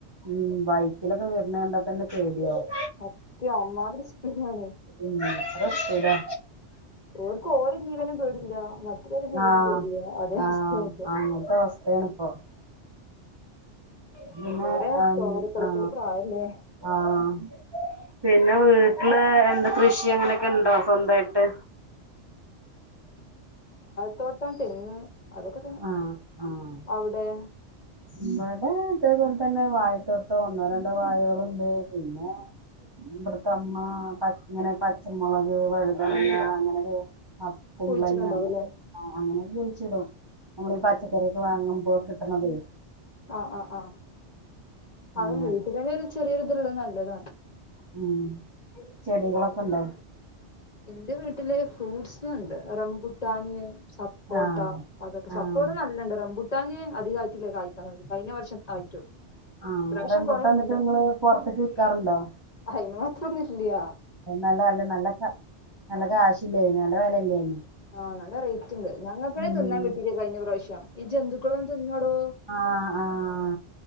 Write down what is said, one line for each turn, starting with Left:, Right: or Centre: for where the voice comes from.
Right: ഉ ബൈക്കിലൊക്കെ വ കണ്ടാ തന്നെ ചേദിയാവവും
Left: അത്യ അമാതിരി സാണ്
Right: ഉം എത്ര സ്പീഡാ
Left: ഓർക്കും ഓരോ ജീവനും പേടില്ല മറ്റുള്ളോരെ ജീവനും
Right: ആഹ
Left: പേടില്ല അതേ അവസ്ഥയാണ്
Right: ആഹ
Left: ഇപ്പൊ
Right: അങ്ങത്തെ അവസ്ഥയണ ഇപ്പ പിന്നെ
Left: ഓരെ
Right: ആഹ
Left: ചോരത്തിളപ്പിന്റെ പ്രായല്ലേ
Right: ആഹ പിന്നെ വേ വീട്ടില് എന്ത്ാ കൃഷി അങ്ങനെയൊക്കെണ്ടോ സ്വന്തായിട്ട്
Left: തോട്ടം തെങ് അതൊക്കെ തെങ്
Right: ആഹ് ആഹ്
Left: അവിടെ
Right: ഇവിടെ അതേപോലെ തന്നെ വായത്തോട്ടം ഒന്നോ രണ്ടോ വായകുകളുണ്ട് പിന്നെ ഇവിടത്തെ അമ്മ ഇങ്ങനെ പച്ചമുളക് വഴുതണങ്ങ അങ്ങനൊ ആ കുമ്പളങ്ങ
Left: കുഴിച്ചിട്ടുണ്ടാവുംല്ലേ
Right: അങ്ങ അങ്ങനെയൊക്കെ ചോയിിച്ചടും നമ്മളീഈ
Left: ആഹ്
Right: പച്ചക്കറൊക്കെ വാങ്ങുമ്പോ കിട്ടണതേ
Left: ആഹ ആഹ് ആഹ അത്
Right: അങ്ങനെ
Left: വീട്ടിൽ തന്നെ ഒരു ചെറിയൊരിതള്ളത് നല്ലതാണ്
Right: ഉം ചെടികളൊക്കെണ്ടോ
Left: എന്റെ വീട്ടില് ഫ്രൂട്ട്സ് ഉണ്ട് റംകുട്ടാന് സപ്പോർട്ടാ
Right: ആഹ്
Left: അതൊക്കെ
Right: ആഹ്
Left: സപ്പോർട്ട് നല്ലണ്ട് റംുട്ട ാനേ അധിക ആയറ്റിലേക്ക് ആയ്ാൻി കഴിഞ്ഞ വർഷം ആയിട്ടോ
Right: ആഹ്
Left: ഇപ്രാവശ്യം
Right: റംബൂട്ടാൻ
Left: കൊറുണ്ട്
Right: എന്നിട്ട് നിങ്ങള് പുറത്തേക്ക് വിക്കാറുണ്ടോ
Left: അയിന് മാത്രൊന്നുംല്ലയ
Right: നല്ല അല്ല നല്ല നല്ല കാശില്ലായിന് നല്ല വില ഇല്ലായിന്
Left: ആഹ് നല്ല റേറ്റ് ഉണ്ട് ഞങ്ങ എപ്പഴേ
Right: ഉം
Left: തിന്നാൻ കിട്ടീല്ലേ കഴിഞ്ഞ പ്രാവശ്യം ഈ ജന്തുക്കള വന്ന് തിന്നോടോ
Right: ആഹ ആഹ